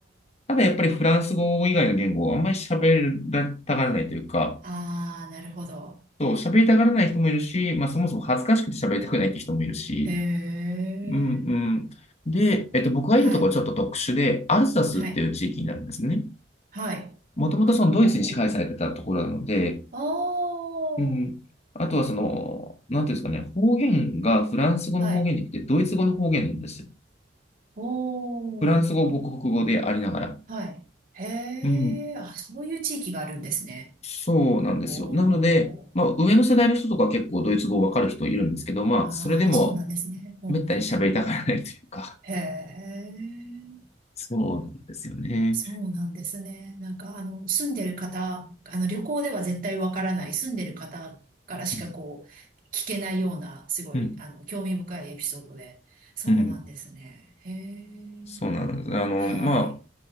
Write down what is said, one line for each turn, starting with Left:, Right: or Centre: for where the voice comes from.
Left: ただやっぱりフランス語以外の言語をあんまり喋りたがらないというか、
Right: ー、あー、なるほど。
Left: そう、喋りたがらない人もいるし、まあそもそも恥ずかしくて喋りたくないって人もいるし、
Right: へえ。
Left: うん、うん。で、えっと、僕がいるところはちょっと特殊で、
Right: はい、
Left: アルサスっていう地域になるんですね。
Right: はい、はい。
Left: もともとそのドイツに支配されてたところなので、
Right: おうおう。
Left: うん。あとはその、なんていうんですかね、方言がフランス語の方言じゃなくてドイツ語の方言なんですよ。
Right: ああ、はい。おお、
Left: フランス語、母国語でありながら。
Right: はい。へえ、
Left: うん。
Right: あ、そういう地域があるんですね。
Left: そうなんですよ。
Right: おお、
Left: なので、まあ、上の世代の人とかは結構ドイツ語わかる人いるんですけど、まあ、
Right: ああ、
Left: それでも、
Right: そうなんですね。おうおう
Left: めったに喋りたがらないというか、
Right: へえ、
Left: そうなんですよね。
Right: そうなんですね。なんか、あの、住んでる方、あの、旅行では絶対わからない、住んでる方からしかこう、
Left: うん、
Right: 聞けないような、すごい、
Left: うん、
Right: あの、興味深いエピソードで。そうなんですね。
Left: うん。
Right: へえ、
Left: そうなんです。あの、
Right: はい。
Left: ま